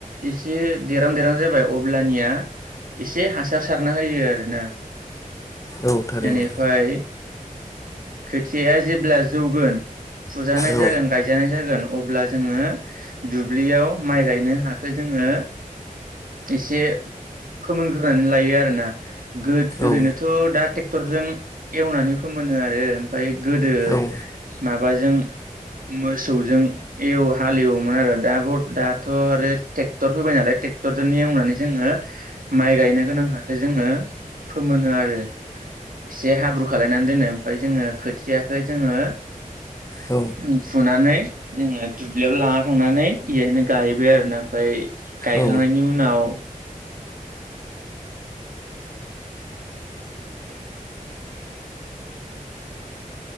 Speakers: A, on the right (about 75°); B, on the left (about 20°).
A: एसे देरां देरां जाबाय अब्लानिया एसे हासार सारना होयो आरोना।
B: औ थारैनो
A: एनिफ्राय खोथियाया जेब्ला जौगोन। फुजानाय
B: औ
A: जागोन गायजानाय जागोन। अब्ला जोङो दुब्लियाव माइ गायनो हखौ जोङो एसे फोमोनग्रोनानै लायो आरोना। गो ओरैनोथ'
B: औ
A: दा टेक क्टरजों एवनानै फोमोनो आरो ओमफ्राय गोदो माबा
B: औ
A: माबाजों मोसौजों एव हाल एवोमोन आरो दाबो दाथ आरो ट्रेक्टर होबाय नालाय। ट्रेक्टर जों एवनानै जोङो माइ गायनो गोनां हाखो जोङो फोमोनो आरो से हाब्रु खालायनानै दोनो ओमफाय जोङो खोथियाखो जोङो
B: औ
A: उम फुनानै जोङो दुब्लियाव लाना थांनानै इहायनो गाहैबाय आरो ना ओमफाय गायखांनायनि
B: औ
A: उनाव एसेक गाय माइ गायहांनायनि उनाव एसे जौबाथाय